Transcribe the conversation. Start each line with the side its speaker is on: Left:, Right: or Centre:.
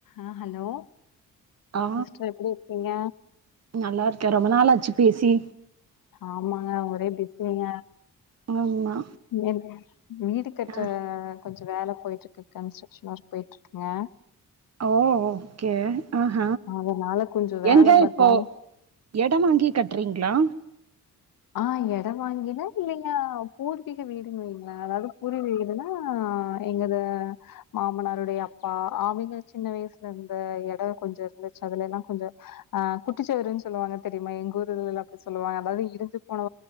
Left: அஹ ஹலோ
Right: ஆ
Left: சிஸ்டர் எப்டி இருக்கீங்க
Right: நல்லா இருக்க ரொம்ப நாளாச்சு பேசி
Left: ஆமாங்க ஒரே பிசிங்க
Right: ஆமா
Left: என் வீடு கற்ற
Right: ஆ
Left: கொஞ்சோ வேல போயிட்டுருக்கு கன்ஸ்ட்ரக்க்ஷன் ஒர்க் போயிட்டுருக்குங்க
Right: ஓ ஓகே ஆஹ,
Left: அதனால கொஞ்சோ
Right: எங்க
Left: வேல பாத்தீங்
Right: இப்போ எடம் வாங்கி கட்டுறீங்களா
Left: ஆ எடம் வாங்கினா இல்லைங்க பூர்வீக வீடுன் வைங்களே அதாது பூர்வீ வீடுனா எங்கது மாமனாருடைய அப்பா அவங்க சின்ன வயசுல இருந்த எடோ கொஞ்சோ இருந்துச்சு அதுல எல்லாம் கொஞ்சோ ஆ குட்டிச்செவருன் சொல்லுவாங்க தெரியுமா எங்கூரு இதுலலா அப்டி சொ சொல்லுவாங்க அதாது இடிஞ்சு போன